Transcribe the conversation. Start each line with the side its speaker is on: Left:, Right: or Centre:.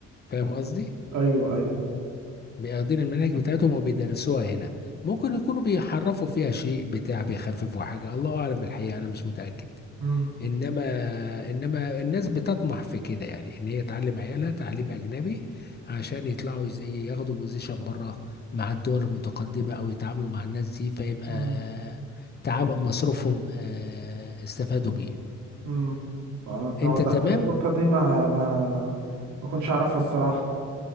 Left: فاهم قصدي؟
Right: ايوه ايوه
Left: بياخدين المناهج بتاعتهم وبيدرسوها هنا ممكن يكونوا بيحرفوا فيها شيء بتاع بيخففوا حاجة الله أعلم بالحقيقة أنا مش متأكد
Right: مم،
Left: انما انما الناس بتطمح في كده يعني ان هي تعلم عيالها تعليم اجنبي عشان يطلعوا زي ياخدوا بوزيشن بره مع الدول المتقدمه او يتعاملوا مع الناس دي فيبقى
Right: مم،
Left: آه، تعب مصروفهم آه، استفادوا بيه
Right: مم. انت وضحت
Left: انت تمام
Right: لي النقطه دي ما ما ما كنتش اعرفها الصراحه